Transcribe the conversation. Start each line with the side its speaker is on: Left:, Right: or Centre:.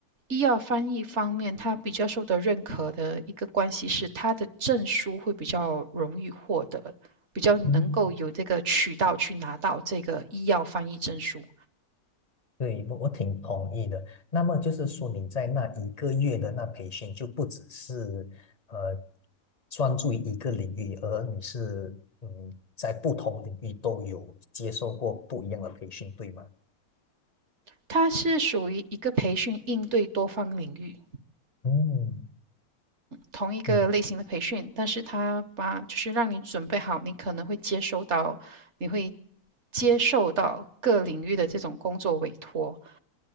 Right: 医药翻译方面，它比较受到认可的一个关系是，它的证书会比较容易获得，比较能够有这个渠道去拿到这个医药翻译证书。
Left: 嗯，对，我我挺同意的。那么就是说，你在那一个月的那培训，就不只是呃专注于一个领域，而你是嗯在不同领域都有接受过不一样的培训，对吗？
Right: 它是属于一个培训应对多方领域。
Left: 嗯
Right: 同一个类型的培训，
Left: 嗯
Right: 但是他把就是让你准备好，你可能会接收到，你会接受到各领域的这种工作委托。